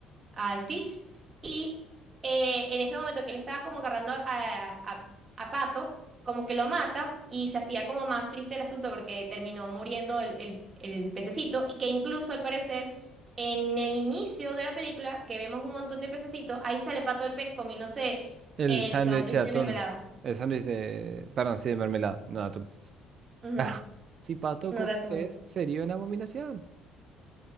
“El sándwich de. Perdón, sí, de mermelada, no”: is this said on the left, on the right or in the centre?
Right